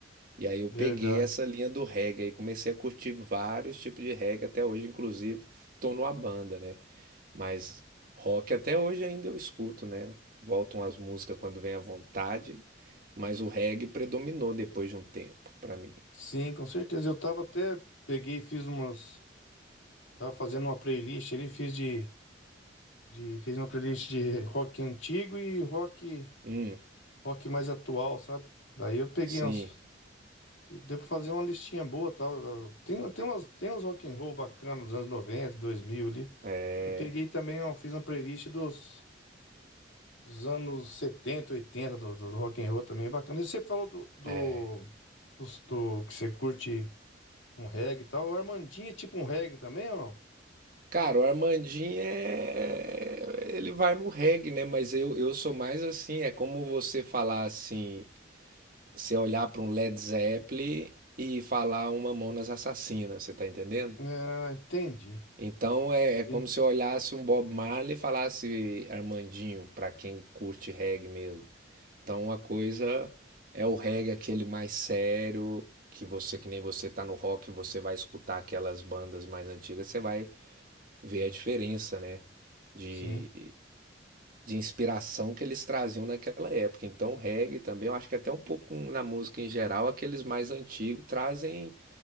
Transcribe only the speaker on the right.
E aí eu
peguei essa linha do reggae e comecei a curtir vários tipos de reggae até hoje, inclusive tô numa banda, né? Mas rock até hoje ainda eu escuto, né? Voltam as músicas quando vem à vontade, mas o reggae predominou depois de um tempo pra mim.
Hum,
sim,
é,
é.
Cara, o Armandinho é. Ele vai no reggae, né? Mas eu, eu sou mais assim. É como você falar assim. Você olhar para um Led Zeppelin e falar uma Mamonas Assassina, você tá entendendo?
Então é,
é como se eu olhasse um Bob Marley e falasse Armandinho, pra quem curte reggae mesmo. Então uma coisa é o reggae, aquele mais sério, que você, que nem você tá no rock, você vai escutar aquelas bandas mais antigas, você vai ver a diferença, né? De,
de inspiração que eles traziam naquela época. Então, o reggae também, eu acho que até um pouco na música em geral, aqueles mais antigos trazem